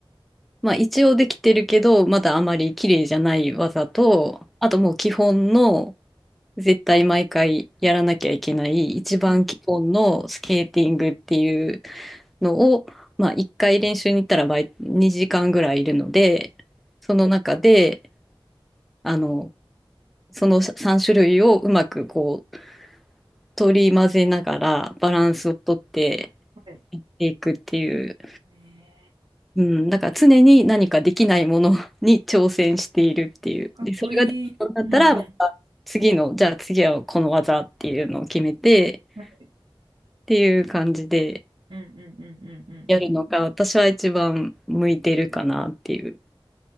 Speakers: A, in the centre; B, on the right.
A: まあ一応できてるけど、まだあまり綺麗じゃない技と、あともう基本の絶対毎回やらなきゃいけない一番基本のスケーティングっていう
B: うん、う
A: のを、まあ、1回練習に行ったら毎2時間ぐらいいるのでその中であのその3種類をうまくこう取り混ぜながらバランスをとって
B: んはい。
A: やっていくっていう、
B: え
A: うん、だから常に何かできないものに挑戦しているっていう。
B: ー、かっこいい。
A: で、それができなくなったらまた次のじゃあ次はこの技っていうのを決めて。
B: うんうん。はい。
A: っていう感じで
B: うんうんうんうんうんうん。
A: やるのが私は一番向いてるかなっていう。